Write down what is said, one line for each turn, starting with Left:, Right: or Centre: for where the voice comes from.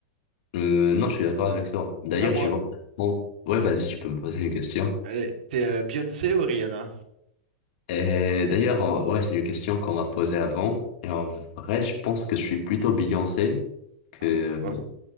Left: Euh, non, je suis d'accord avec toi. D'ailleurs,
Right: À moi.
Left: j'y vois. Bon, ouais, vas-y, tu peux me poser une question.
Right: Allez, t'es euh, Beyoncé ou Rihanna?
Left: Et d'ailleurs, euh, ouais, c'est une question qu'on m'a posée avant. Et en vrai, je pense que je suis plutôt Beyoncé que.
Right: Ah, pourquoi?